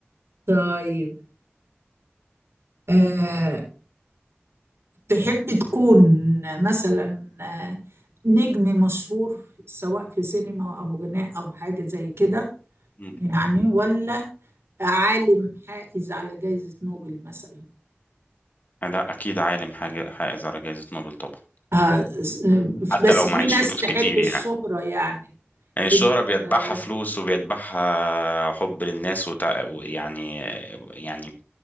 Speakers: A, on the right (about 85°); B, on the left (about 45°).
A: طيب آه تحب تكون مثلا آه، نجم مشهور سواء في سينما أو غناء أو حاجة زي كده
B: مم.
A: يعني ولا عالم حائز على جائزة نوبل مثلا
B: لا أكيد عالم حاجة حائز على جائزة نوبل طبعا
A: آه
B: حتى
A: بس
B: لو
A: في
B: معيش
A: ناس
B: فلوس
A: تحب
B: كتير
A: الشهرة
B: يعني
A: يعني
B: يعني الشهرة
A: في ناس
B: بيتبعها
A: آه،
B: فلوس وبيتبعها حب للناس وتع... يعني يعني